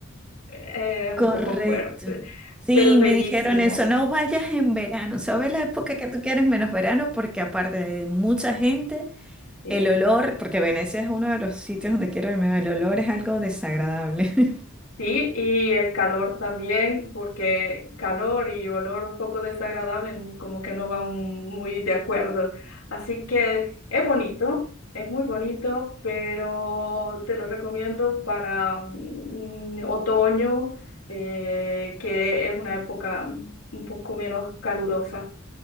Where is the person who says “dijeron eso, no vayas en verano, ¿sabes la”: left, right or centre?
Centre